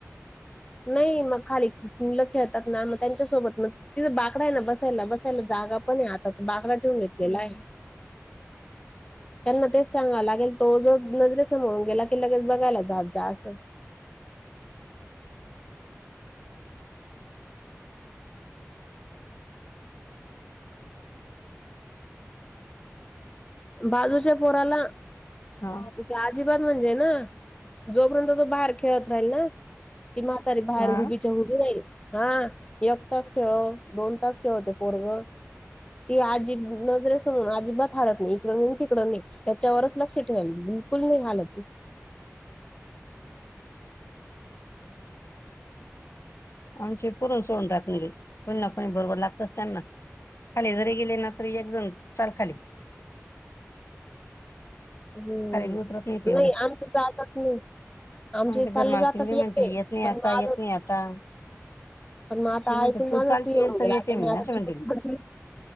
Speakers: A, on the left; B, on the left.
A: नाही मग खाली मूल खेळतात ना मग त्यांच्यासोबत मग तिथं बाकडा आहे ना, बसायला, बसायला जागा पण आहे. आता तर बाकडा ठेवून घेतलेला
B: हम्म.
A: आहे. त्यांना तेच सांगा लागेल, तो जो नजरेसमोरून गेला की लगेच बघायला जात जा असं. बाजूच्या पोराला
B: हा
A: ते अजिबात म्हणजे ना, जोपर्यंत तो बाहेर खेळत राहील ना ती म्हातारी बाहेर
B: हा.
A: हुबीच्या हुबीच्या राहील. हा एक तास खेळो, दोन तास खेळलो ते पोरग ती आजी नजरे अजिबात हलत नाही. इकड नाही, तिकडं नाही त्याच्यावरच लक्ष ठेवाल बिलकुल नाही हलत
B: आमची पुरण सोडून टाकणारी कोणी ना कोणी बरोबर लागतच त्यांना खाली जरी गेले ना तरी, एक जण चल खाली
A: हम्म,
B: खाली बी उतरत ते एवढे
A: नाही आमच जातच नाही आमचे
B: मग ते
A: चालले
B: घर मालकीन
A: जातात
B: बी
A: एकटे
B: म्हणते येत नाही
A: पण
B: आता येत
A: ज
B: नाही आता
A: पण मग आतासून
B: ती म्हणते
A: माझंच
B: तू चालशील
A: येऊन
B: तर
A: गेलंता
B: येते
A: मी आता
B: असे म्हणते
A: त
B: ती